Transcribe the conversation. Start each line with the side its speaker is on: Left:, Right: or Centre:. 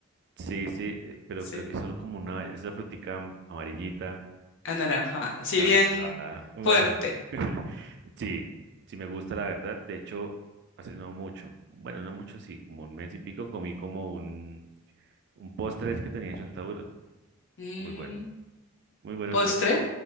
Right: sí, sí, eh, pero
Left: Sí,
Right: creo que solo como una. Es la frutica am- amarillita,
Left: anaranjada, sí,
Right: naranjada.
Left: bien
Right: Bueno,
Left: fuerte.
Right: <laughs> sí, sí me gusta la verdad. De hecho, hace no mucho. Bueno, no mucho, sí, como un mes y pico comí como un, un postre que tenía en chontaduro.
Left: Mm,
Right: Muy bueno, muy bueno
Left: ¿postre?
Right: la verdad.